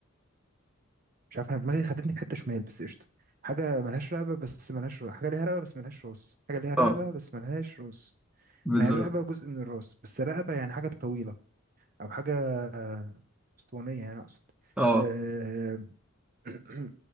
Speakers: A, on the right; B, in the centre.
A: مش عارف انا دماغي خدتني في حته شمال بس قشطه حاجه ملهاش رقبه بس ملهاش راس حاجه ليها رقبه بس ملهاش راس حاجه ليها رقبه
B: اه
A: بس ملهاش راس
B: بالظبط
A: ما هي الرقبه جزء من الراس بس رقبه يعني حاجه طويله او حاجه آه، اسطوانيه يعني اقصد
B: اه
A: أه... <clears throat>